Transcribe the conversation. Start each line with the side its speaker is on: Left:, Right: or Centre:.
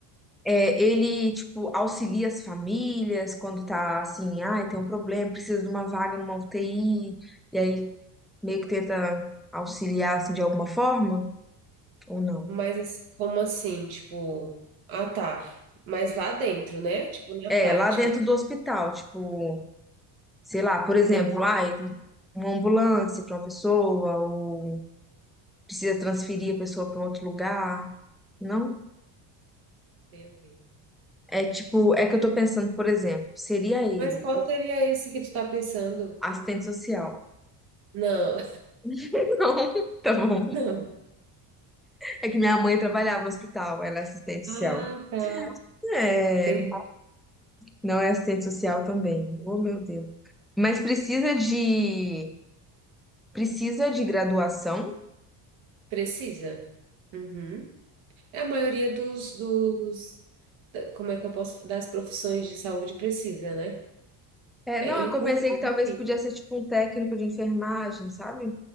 Centre: É, ele, tipo, auxilia as famílias quando tá assim, ai, tem um problema, precisa de uma vaga numa UTI, e aí meio que tenta auxiliar, assim, de alguma forma, ou não?
Right: Mas assim, como assim? Tipo, ah, tá. Mas lá dentro, né? Tipo, na
Centre: É,
Right: prática.
Centre: lá dentro
Right: tu-
Centre: do hospital, tipo, sei lá, por exemplo,
Right: Não,
Centre: ai, uma ambulância para uma pessoa, ou precisa transferir a pessoa para outro lugar, não?
Right: tem a ver.
Centre: É tipo, é que eu tô pensando, por exemplo, seria ele,
Right: Mas qual
Centre: o
Right: seria esse que tu tá pensando?
Centre: assistente social.
Right: Não,
Centre: <laughs> Não, tá bom.
Right: Não.
Centre: É que minha mãe trabalhava no hospital, ela é assistente social.
Right: Ah, tá.
Centre: É,
Right: Tem,
Centre: não é assistente social também. Oh, meu Deus. Mas precisa de precisa de graduação?
Right: precisa. Uhum. É a maioria dos, dos, da- como é que eu posso, das profissões de saúde precisa, né?
Centre: É,
Right: É,
Centre: não,
Right: inclusive,
Centre: é que eu pensei que talvez podia ser tipo um técnico de enfermagem, sabe?